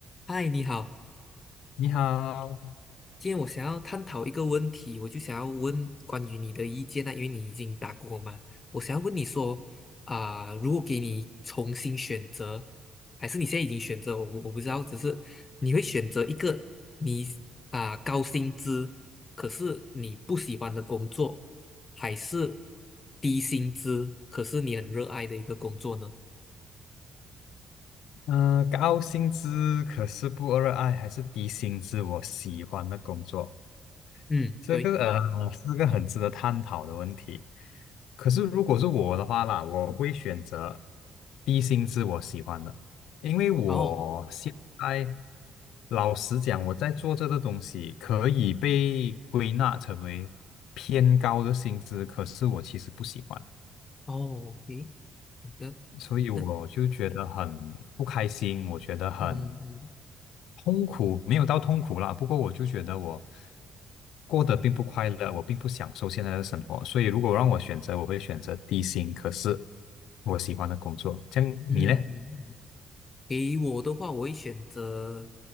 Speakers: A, on the left; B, on the left.
A: 嗨，你好，
B: 你好，
A: 今天我想要探讨一个问题，我就想要问关于你的意见啊，因为你已经打工了嘛，我想要问你说啊、如果给你重新选择，还是你现在已经选择，我不我不知道，只是你会选择一个你啊、高薪资，可是你不喜欢的工作，还是低薪资，可是你很热爱的一个工作呢？
B: 嗯、高薪资可是不热爱，还是低薪资我喜欢的工作？
A: 嗯，
B: 这个呃是个很值得探讨的问题。
A: 对，
B: 可是如果是我的话啦，我会选择低薪资我喜欢的，因为我现在
A: 哦
B: 老实讲，我在做这个东西可以被归纳成为偏高的薪资，可是我其实不喜欢。
A: 哦，诶，好的，
B: 所以我就觉得很不开心，
A: 那
B: 我觉得很
A: 嗯嗯
B: 痛苦没有到痛苦啦，不过我就觉得我过得并不快乐，我并不享受现在的生活，所以如果让我选择，我会选择低薪，可是我喜欢的工作。这样你呢？
A: 嗯嗯。嗯给我的话，我会选择